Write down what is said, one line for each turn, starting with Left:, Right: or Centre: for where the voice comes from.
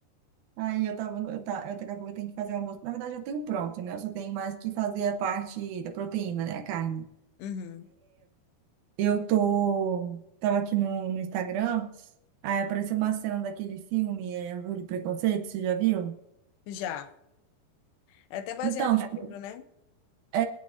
Right: Aí eu tava, no- eu tá, eu daqui a pouco eu tenho que fazer o almoço. Na verdade, eu tenho pronto, né? Eu só tenho mais que fazer a parte da proteína, né? A carne.
Left: Uhum,
Right: Eu tô, tava aqui no, no Instagram, aí apareceu uma cena daquele filme, é, Orgulho e Preconceito, você já viu?
Left: já. É até baseado
Right: Então,
Left: no
Right: tipo
Left: livro, né?
Right: É,